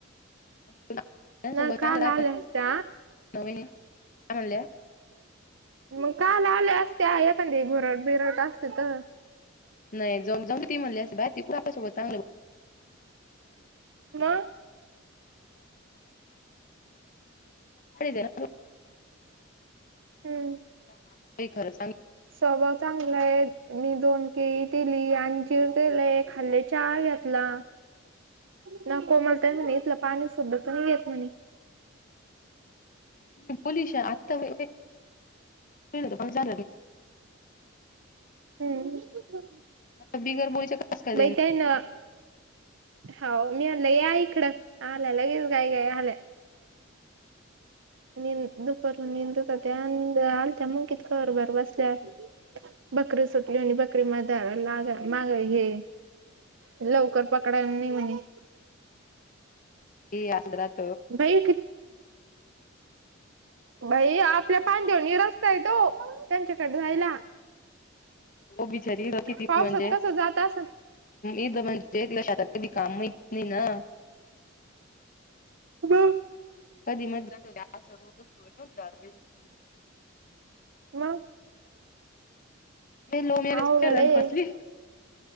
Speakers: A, on the left; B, on the right.
A: तु
B: ना
A: चांगलं
B: काल आल्या असत्या
A: नवी काय म्हणल्या.
B: मग काल आले असते एखाद घोरट बिरट असते तर.
A: नाही जम जाऊ त ती म्हणलीस बाय तीठ आपल्यासोबत चांगलंसमोर.
B: मग
A: दे ना. <unintelligible> <inaudible>
B: हम्म
A: ते खरं सांग.
B: स्वभाव चांगलं आहे. मी दोन केळी दिली आणिंजीर दिलेय खाल्ले चहा घेतला. ना कोमलत म्हणे इेतलं पाणी सुुद्ध तर नाही येत म्हणे.
A: म बोलश आताळ झा.
B: हम्म
A: बिगर बोलीच्या कस काय देईन
B: बैताय ना. हो मी आलं या इकडं आल्या लगेच गाई गाई आल्या. नंद दुपार नंद होतात अ आलत्या मु कितकर बर बसल्यावर. बकरी सुटली आणि बकरी मध लाग मागा हे. लवकर पकडायला नाही म्हणे.
A: ह आ. <unintelligible>
B: बे किती बाई आपल्या पानदवनी रस्ता य तो त्यांच्याकडे जायला
A: बीचारी किती
B: पावसात
A: म्हणजे
B: कसं जात असन
A: इथ म्हणजे शेतात कधी काम माहित नाही ना
B: ह
A: कधी मधी जात होते अस रोजच <unintelligible>
B: म
A: हे लव्हमर्रेज
B: अवघड
A: केले आण
B: आहे
A: फसली